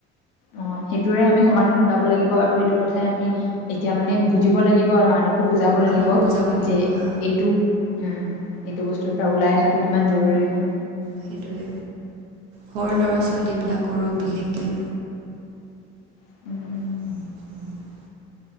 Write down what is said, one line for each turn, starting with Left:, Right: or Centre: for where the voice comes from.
Left: অ', সেইটোৰে আমি সমাধান ওলাব লাগিব আৰু সেইটো কথাই আমি এতিয়া মানে বুজিব লাগিব আৰু আনক বুজাব লাগিব
Right: আনকো বুজাব লাগিব
Left: যে,
Right: হা
Left: এইটো উম, এইটো বস্তুৰ পৰা ওলাই অহাটো কিমান জৰুৰী হয়।
Right: সেইটোৱে সৰু ল'ৰা ছোৱালীবিলাকৰো বিশেষকে
Left: <inaudible>
Right: <inaudible>